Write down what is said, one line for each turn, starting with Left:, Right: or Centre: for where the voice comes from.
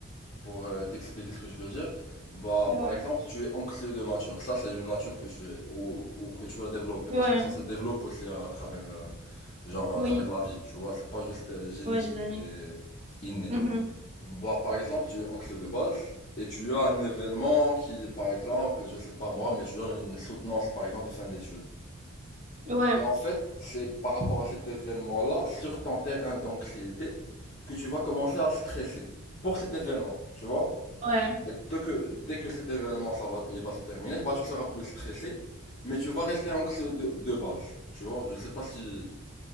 Left: pour euh, t'expliquer ce que je veux dire, bah,
Right: Ouais,
Left: par exemple, tu es anxieux de nature. Ça, c'est une nature que tu es, ou, ou que tu as développée,
Right: ouais,
Left: parce que ça se développe aussi à, à travers, euh, genre,
Right: oui,
Left: à travers la vie, tu vois. C'est pas juste euh, génétique
Right: ouais, les années.
Left: et inné.
Right: Mhm.
Left: Bah, par exemple, tu es anxieux de base, et tu as un événement qui, par exemple, je sais pas moi, mais tu as une soutenance, par exemple, de fin d'études.
Right: Ouais,
Left: Et en fait, c'est par rapport à cet événement-là, sur ton terrain d'anxiété, que tu vas commencer à stresser pour cet événement, tu vois?
Right: ouais.
Left: Et dès que, dès que cet événement, ça va, il va se terminer, bah, tu seras plus stressé, mais tu vas rester anxieux de, de base. Tu vois, je sais pas si,